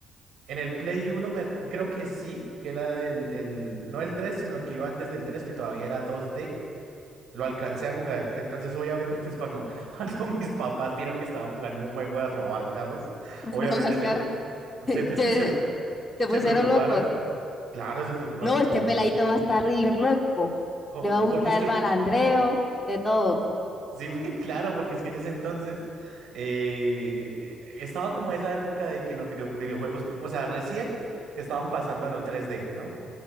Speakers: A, on the right; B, on the left.
A: En el Play uno me, creo que sí, que era el, el, no el 3 sino el que iba antes del 3 que todavía era 2D, lo alcancé a jugar. Entonces, obviamente, pues cuando, <laughs> cuando mis papás vieron que estaba jugando un juego de robar carros,
B: <laughs>
A: obviamente
B: no, Oscar,
A: se,
B: <laughs>
A: se, <laughs>
B: se,
A: se,
B: se
A: se
B: pusieron
A: preocuparon.
B: locos.
A: Claro, se preocuparon
B: No,
A: como
B: este
A: muy...
B: peladito va a estar líder loco,
A: como-
B: le va a gustar
A: porque es que,
B: el balandreo, de todo.
A: sí, <laughs> muy claro, porque es que en ese entonces eh, estaba como esa época de que los video- videojuegos, o sea, recién estaban pasando a lo 3D, ¿no?